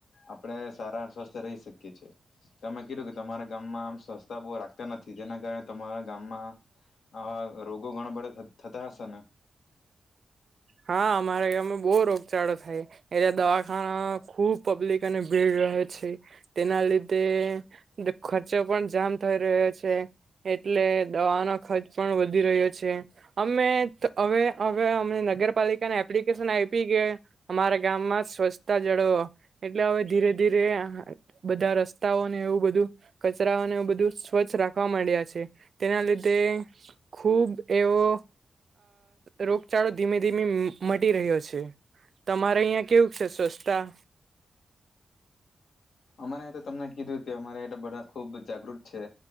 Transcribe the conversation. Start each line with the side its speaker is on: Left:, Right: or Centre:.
Left: આપણે સારા સ્વસ્થ રહી શકીએ છીમે કીધું કે તમારા ગામમાં આમ સ્વચછતા બહુ રાખતા નથી જેના કારણે તમારા ગામમાં આવા રોગો ઘણ બધા. ત સના.
Right: હા અમારા ગમાં બહુ રોગચાળો થાય એલે દવાખાના ખુબ પબ્લિક અને ભીડ રહ્યો છે તેના લીધે ખર્ચો પણ જામ થઈ રહ્યો છે એટલે દવાનો ખર્ચ પણ વધી રહ્યો છે અમે હવે હવે અ નગર. પાલિકાને એપ્લિકેશન આપી કે અમારા ગામમાં સ્વચ્છતા જળવો એટલે હવે ધીરે ધીરે બધા રસ્તાઓને એવું બધું કચરાઓને એવું બધું સ્વચ્છ રાખવા માંડ્યા છે તેના લીધે ખુબ એવો રોગચળો ધીમે. ધી મટી રહ્યો છે તમારે અહિયાં કેવું છે સ્વસ્તા.
Left: અમારે તો તમને કીધું કે અમારે બધા ખુબ જાગૃત છે.